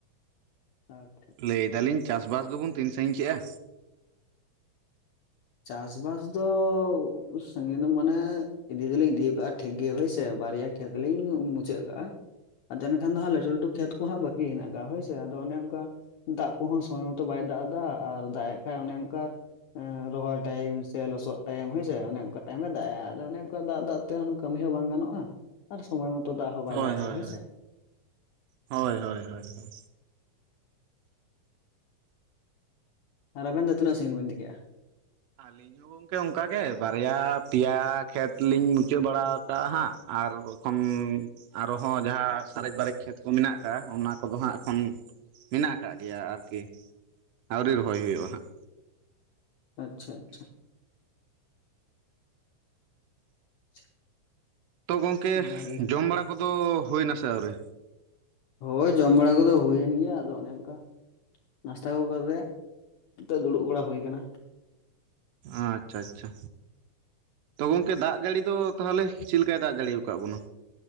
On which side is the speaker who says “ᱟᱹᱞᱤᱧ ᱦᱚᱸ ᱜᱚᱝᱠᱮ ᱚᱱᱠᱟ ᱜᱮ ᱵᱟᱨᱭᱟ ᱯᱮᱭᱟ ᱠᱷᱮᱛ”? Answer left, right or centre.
Right